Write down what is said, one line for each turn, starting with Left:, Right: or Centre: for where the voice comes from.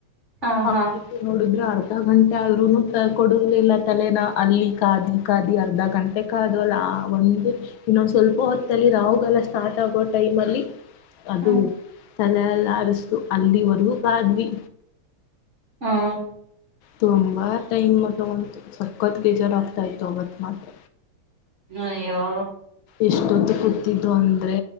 Right: ಹ
Left: ಹೌ
Right: ಹಾ
Left: ನೋಡಿದ್ರೆ ಆರ್ಥ ಅರ್ಧ ಗಂಟೆ ಆದ್ರರುನು ಕೊಡಲಿಲ್ಲ ತಲೆನ ಅಲ್ಲಿ ಕಾದಿ ಕಾದಿ ಅರ್ಧ ಗಂಟೆ ಕದು ಅಲ್ಲ ಒಂದು ಇನ್ನೊಂದ ಸ್ವಲ್ಪ ಹೊತ್ತಲ್ಲಿ ರಾಹುಗಾಲ ಸ್ಟಾರ್ಟ್ ಆಗೋ ಟೈಮ್ ಅಲ್ಲಿ ಅದು
Right: ಹ್ಮ್
Left: ತಲೆಲ್ಲಾರಸ್ತು ಅಲ್ಲಿ ಹೊರ್ಗೂ ಕಾದ್ವಿ
Right: ಹ್ಮ್
Left: ತುಂಬಾ ಟೈಮ್ ಮತ್ತಗಂತು ಸಖತ್ ಬೇಜಾರ್ ಆಗ್ತಾ ಇತ್ತು ಅವತ್ ಮಾತ್ರ
Right: ಅಯ್ಯೋ
Left: ಎಷ್ಟೊತ್ತಿಗೆ ಕೂತಿದ್ದು ಅಂದ್ರೆ